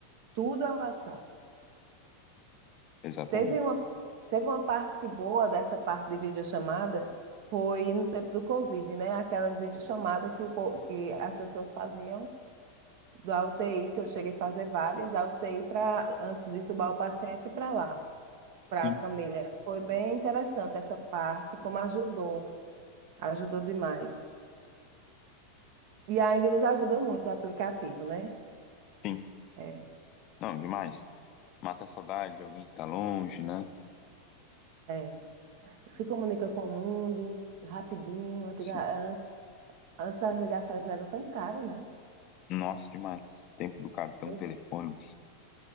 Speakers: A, on the right; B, on the left.
A: Tudo é WhatsApp.
B: exatamente.
A: Teve uma, teve uma parte boa dessa parte de videochamada, foi no tempo do Covid, né? Aquelas videochamadas que, o, po- que as pessoas faziam da UTI, que eu cheguei a fazer várias, a UTI para antes de entubar o paciente para lá, para
B: Sim,
A: a família. Foi bem interessante essa parte, como ajudou, ajudou demais. E ainda nos ajuda muito o aplicativo, né?
B: sim.
A: É,
B: Não, demais. Mata a saudade de alguém que tá longe, né?
A: é, se comunica com o mundo rapidinho. Antiga-
B: Sim.
A: Antes, antes as ligações eram tão caras, né?
B: Nossa, demais. Tempo do cartão
A: Pois-
B: telefônico.